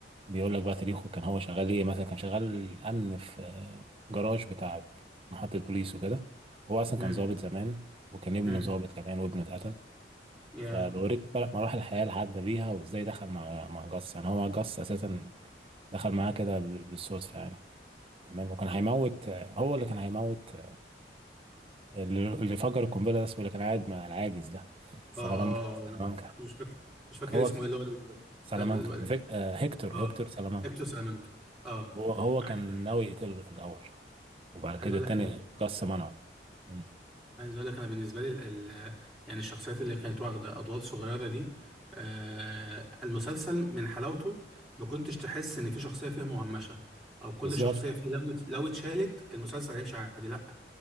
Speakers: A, on the right (about 30°); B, in the centre.
A: بيقول لك بقى تاريخه كان هو شغال ايه مثلا كان شغال امن في آه، جراج بتاع محطة بوليس وكده هو اصلا
B: امم
A: كان ضابط زمان وكان ابنه
B: امم
A: ضابط كمان وابنه اتقتل
B: يا
A: فبوريك بقى مراحل الحياة اللي عدى بيها وازاي دخل مع مع جاس يعني هو جاس اساسا دخل معاه كده ب- بالصدفة يعني تمام وكان هيموت هو اللي كان هيموت اللي اللي فجر القنبله ده اسمه اللي كان قاعد مع العاجز ده سلامانكا
B: اه اه
A: سلامانكا
B: آه. مش فاكر مش فاكر
A: هو
B: اسمه ايه اللي هو ال-
A: سلامانكا
B: بتاع ال-
A: فيك... آه هيكتور
B: اه
A: هيكتور سلامانكا
B: اكتو سامونج اه
A: هو هو
B: عايز
A: كان ناوي يقتله في الاول وبعد
B: عايز
A: كده
B: اقول
A: التاني
B: لك إن
A: قص منعه مم.
B: عايز اقول لك انا بالنسبه لي ال ال يعني الشخصيات اللي كانت واخده ادوار صغيره دي آه المسلسل من حلاوته ما كنتش تحس ان في شخصيه فيها مهمشه او كل
A: بالظبط
B: شخصيه فيه لو ات- لو اتشالت المسلسل هيمشي عادي لا